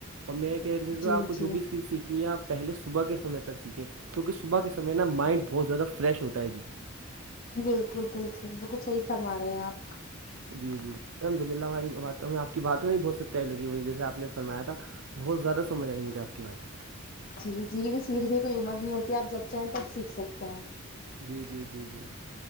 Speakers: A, on the right (about 80°); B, on the left (about 45°).
A: اور میں کہ
B: جی
A: آپ کو
B: جی
A: جو بھی اسکل سیکھنی ہے آپ پہلے صبح کے سمے پر سیکھیں کیونکہ صبح کےسمے نا مائنڈ بہت زیادہ فریش ہوتا ہے جی
B: بالکل بالکل بالکل صحیح فرما رہے ہیں آپ
A: جی جی الحمد للہ ہماری باتوں ہمیں آپ کی باتوں میں بھی بہت سچائی لگی مجھے جیسےآپ نے فرمایا تھا بہت زیاہ سمجھ آئی مجھے آپ کی باتیں
B: جی جیل سیکھنے کی کوئی عمر نہیں ہوتی آپ جب چاہیں تب سیکھ سکتے ہیں
A: جی جی جی جی